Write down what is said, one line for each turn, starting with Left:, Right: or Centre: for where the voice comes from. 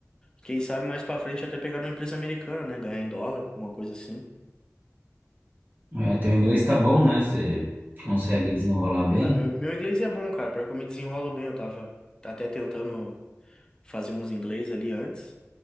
Left: Quem sabe mais para frente até pegar numa empresa americana, né? Ganhar em dólar, alguma coisa assim.
Right: É, teu inglês tá bom, né? Você consegue desenrolar bem?
Left: Ah, meu, meu inglês é bom, cara. Pior que eu me desenrolo bem. Eu tava até tentando fazer uns inglês ali antes.